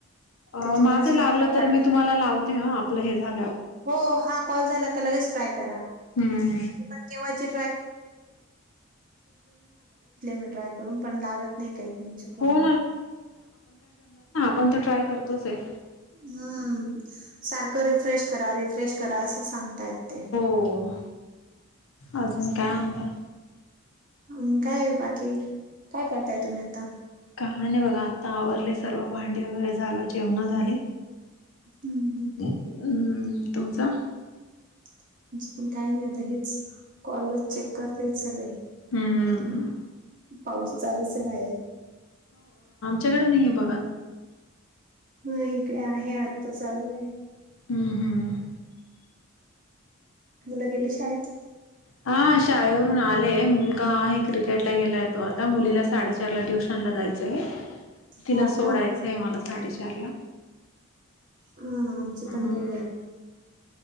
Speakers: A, on the left; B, on the right.
A: अ
B: त्याच्यामुळेच
A: माझं
B: म्हटलं
A: लागलं तर
B: पटापट
A: मी तुम्हाला लावते आपलं हे झा.
B: हो हा कॉल झाला तर लगेच ट्राय कराण्हा
A: हम्म
B: <unintelligible> त मी ट्राय करून पण लागत नाही काही तचे फोन
A: हो पण तर ट्राय करतोच आहे.
B: हम्म सारखं रिफ्रेश करा रिफ्रेश करा असं सांगताय ते
A: हो अजून काय होता.
B: हम काय बाकी काय करताय तुम्ही आता
A: काय नाही बघा आता आवरले सर्व भांडी वगैरे झालं जेवण झाली.
B: हम्म, हम्म,
A: हम्म तुमचं.
B: म्ह आमचं पण काही नाही आता हेच कॉलज चेक करते सगळे
A: हम्म
B: पाऊस चालुचय बाहेर
A: <unintelligible> कडे नाही आहे बघ.
B: हा इकडे आहे आता चालू आहे.
A: हं, हं.
B: मुलं गेली शाळेत
A: हा.. शाळेवरून आलेय मुलगा आहे क्रिकेटला गेलाय तो आता मुलीला साडेचार ला ट्युशनला जा. डायचंय तिला
B: हो
A: सोडायचंय
B: का?
A: मला साडेचार ला
B: हा आमचे
A: अं,
B: पण गेलेत.